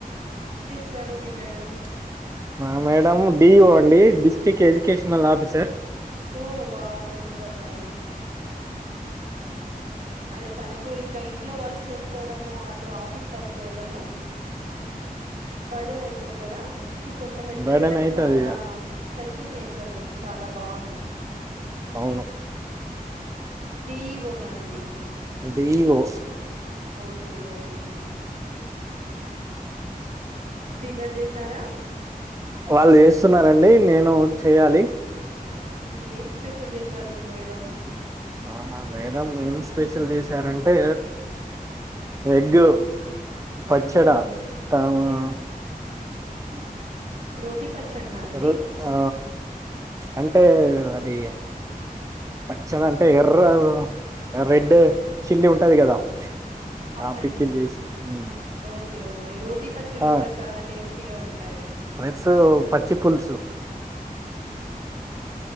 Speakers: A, on the right; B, on the right.
A: సరు మీ మేడం
B: మా మేడం డిఓ అండి డిస్ట్రిక్ ఎడ్యుకేషనల్ ఆఫీసర్
A: వో వావ్ సూపర్ నైస్ అదే తనకు ఇంకా ఇంట్లో వర్క్స్ చేసుకోవడము అటు ఆఫీస్ వర్క్ చేయడము బర్డన్ అవుతుంది కదా మీరు కొంత హెల్ప్
B: బర్డన్
A: చేయడము
B: అయితది
A: చాలా
B: ఇగ
A: హెల్ప్ పింగ్ నేచర్ మీకు చాలా బావుంది
B: అవును
A: డి ఈ వో నా అండి
B: B E O
A: okay okay dinner చేసారా
B: వాళ్ళు చేస్తున్నారండి నేను చెయ్యాలి
A: ఊహూ ఏం స్పెషల్ చేసారు మీ మేడం
B: ఆ మా మేడం ఏం స్పెషల్ చేసారంటే ఎగ్గు పచ్చడ
A: హుహు.
B: <unintelligible>
A: హ్మ్.
B: <unintelligible>
A: రోటీ పచ్చడినా అండి?
B: రో ఆ అంటే అది పచ్చని అంటే ఎర్ర రెడ్ చిల్లీ ఉంటది కదా
A: అవునండి
B: ఆ పికిల్ చేసి ఉమ్.
A: ఓకే ఓకే రోటీ పచ్చళ్ళ
B: ఆ
A: కూడా చాలా టేస్టీగా ఉంటాయి
B: ప్లస్ పచ్చి పులుసు